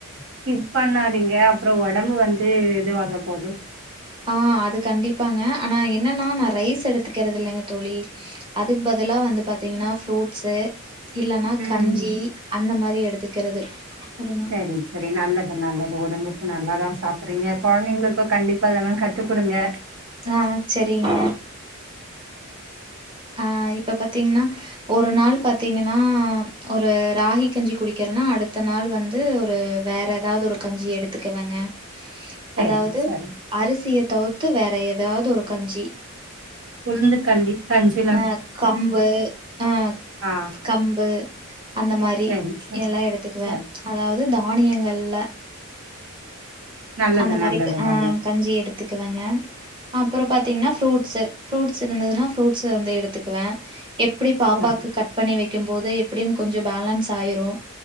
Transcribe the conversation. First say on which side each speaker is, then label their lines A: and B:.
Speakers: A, on the right; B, on the right.
A: ஸ்கிப் பண்ணாதீங்க அப்றோ ஒடம்பு வந்து இதுவாக போது
B: ஆ அது கண்டிப்பாங்க ஆனா என்னன்னா நா ரைஸ் எடுத்துக்கிறது இல்லைங்க தோழி அதுக்கு பதிலா வந்து பாத்தீங்கனா ஃப்ரூட்ஸு இல்லன்னா
A: ம்.
B: கஞ்சி அந்த மாரி எடுத்துக்குறது ஒரு நா
A: செரி செரி நல்லது நல்லது ஒடம்புக்கு நல்லதா சாப்றீங்க கொழந்தைங்களுக்கு கண்டிப்பா இதெல்லா கத்து குடுங்க
B: ஆஹ் செரிங்க ஆஹ் இப்ப பாத்தீங்னா ஒரு நாள் பாத்தீங்கனா ஒரு ராஹீ கஞ்சி குடிக்கெறனா அடுத்த நாள் வந்து ஒரு வேற எதாவது ஒரு கஞ்சி எடுத்துக்கேவேங்க
A: சரி
B: அதாவ்து
A: சரி
B: அரிசிய தவுர்த்து வேற எதாவ்து ஒரு கஞ்சி
A: உளுந்து கள்ளி கஞ்சு
B: ஆ கம்பு ஆ
A: ஆ
B: கம்பு அந்த மாரி
A: சரி சரி
B: எல்லா எடுத்துக்குவே
A: சரி
B: அதாவ்து தானியங்கள்ல
A: நல்லது
B: அந்த மாரி
A: நல்லது
B: ஆ
A: நல்லது
B: கஞ்சி எடுத்துக்குவங்க அப்றோ பாத்தீங்னா ஃப்ரூட்ஸூ ஃப்ரூட்ஸ் இருந்ததுன்னா ஃப்ரூட்ஸ் வந்து எடுத்துக்குவே எப்டி பாப்பாக்கு
A: சரி
B: கட் பண்ணி வக்கம்போது எப்டியும் கொஞ்சொ பேலன்ஸ் ஆயிரு